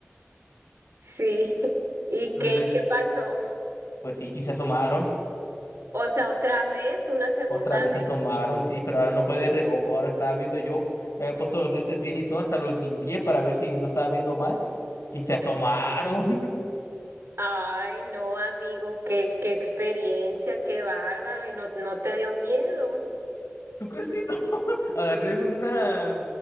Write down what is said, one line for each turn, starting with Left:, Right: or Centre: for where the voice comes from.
Right: Sí. <laughs> ¿Y
Left: Entonces,
Right: qué, y qué
Left: ahí-
Right: pasó?
Left: pues sí, sí se asomaron.
Right: O sea, otra vez, una segunda
Left: Otra vez
Right: vez.
Left: se asomaron, sí, pero ahora no fue de reojo. Ahora estaba viendo yo. Me había puesto los lentes bien y todo, hasta los limpié para ver si no estaba viendo mal. Y se asomaron.
Right: Ay, no, amigo, qué, qué experiencia, qué bárbaro. ¿Y no, no te dio miedo?
Left: ¿Tú crees que no? <laughs> Agarré una,